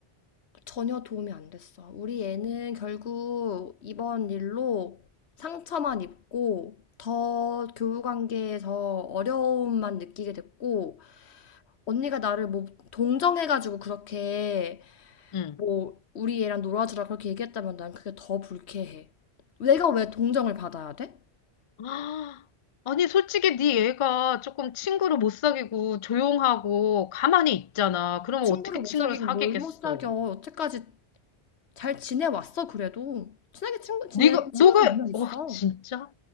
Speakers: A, on the left; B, on the left.
A: 전혀 도움이 안 됐어. 우리 애는 결국 이번 일로 상처만 입고 더 교우 관계에서 어려움만 느끼게 됐고 언니가 나를 뭐 동정해가지고 그렇게
B: 응.
A: 뭐 우리 애랑 놀아주라 그렇게 얘기했다면 난 그게 더 불쾌해. 내가 왜 동정을 받아야 돼?
B: <gasps> 아, 아니 솔직히 네 얘가 조금 친구를 못 사귀고 조용하고 가만히 있잖아. 그러면
A: 친구를
B: 어떻게
A: 못
B: 친구를
A: 사귀고
B: 사귀겠어?
A: 뭘 못 사겨. 여태까지 잘 지내왔어 그래도. 친하게 친구 지내는
B: 네가
A: 친구들
B: 너가
A: 몇 명 있어.
B: 어 진짜?